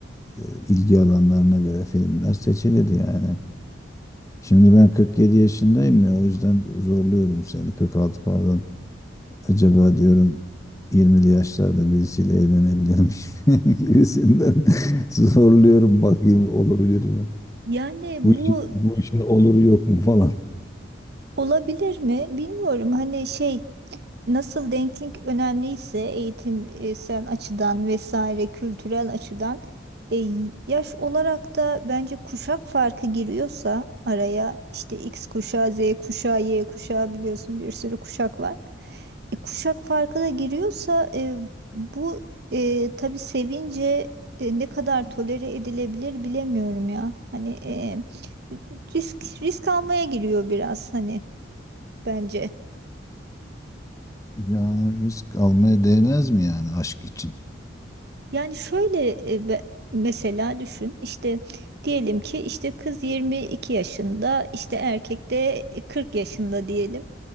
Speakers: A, on the left (about 15°); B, on the right (about 55°).
A: e, ilgi alanlarına göre filmler seçilir yani. Şimdi ben 47 yaşındayım ya o yüzden zorluyorum seni. 46 pardon. Acaba diyorum 20'li yaşlarda birisiyle evlenebilir miyim <laughs> gibisinden <laughs> zorluyorum bakayım olabilir mi?
B: Yani bu
A: Bu işin, bu işin oluru yok mu falan.
B: Olabilir mi? Bilmiyorum. Hani şey nasıl denklik önemliyse eğitimsel açıdan vesaire kültürel açıdan e, yaş olarak da bence kuşak farkı giriyorsa araya işte X kuşağı, Z kuşağı, Y kuşağı biliyorsun bir sürü kuşak var. E, kuşak farkı da giriyorsa e, bu e, tabii sevince e, ne kadar tolere edilebilir bilemiyorum ya. Hani e, risk risk almaya giriyor biraz hani bence.
A: Yani risk almaya değmez mi yani aşk için?
B: Yani şöyle e, be- mesela düşün işte diyelim ki işte kız 22 yaşında işte erkek de 40 yaşında diyelim.